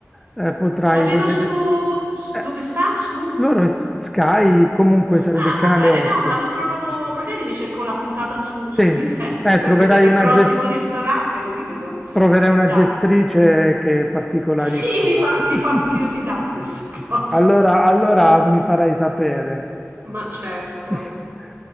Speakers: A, in the centre; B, on the right.
A: eh, potrai
B: La vedo
A: vedere...
B: su, su-
A: eh,
B: dove sta? Su?
A: loro è s- Sky comunque sarebbe
B: Ah,
A: il canale
B: va bene,
A: 8.
B: no, ma lo trovo. Magari mi cerco la puntata su, su
A: Sì, eh,
B: Viterbo per
A: troverai
B: vedere
A: una
B: il prossimo
A: gestione...
B: ristorante, così vedo.
A: Troverai una
B: Dai,
A: gestrice che è particolarissima.
B: sì, mi fa,
A: <laughs>
B: mi fa curiosità questa <laughs> cosa.
A: Allora, allora mi farai sapere.
B: Ma certo,
A: <laughs>